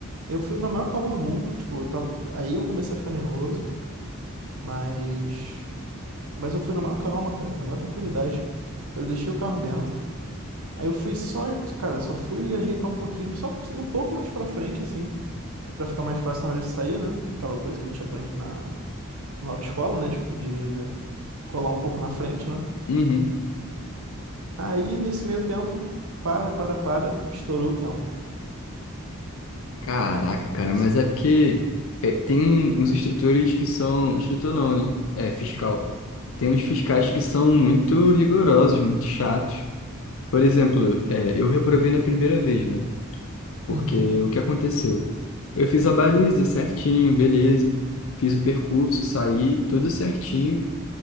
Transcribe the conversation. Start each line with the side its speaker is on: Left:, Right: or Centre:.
Right: eu fui na maior calma do mundo, tipo, eu tava- aí eu comecei a ficar nervoso, mas Mas eu fui na maior calma, cara, na maior tranquilidade. Eu deixei o carro dentro. Aí eu fui só, cara, só fui ajeitar um pouquinho, só um pouco mais pra frente, assim, pra ficar mais fácil na hora de sair, né? Aquela coisa que a gente aprende na, na autoescola, né? De, de colar um pouco na frente, né?
Left: Uhum.
Right: Aí, nesse meio tempo, para, para, para, estourou o tempo.
Left: Caraca, cara,
Right: Foi assim.
Left: mas é porque é, tem um- uns instrutores que são. Instrutor não, né? É, fiscal. Tem uns fiscais que são muito rigorosos, muito chatos. Por exemplo, é, eu reprovei na primeira vez, né? Porque
Right: Uhum,
Left: o que aconteceu? Eu fiz a baliza certinho, beleza. Fiz o percurso, saí, tudo certinho.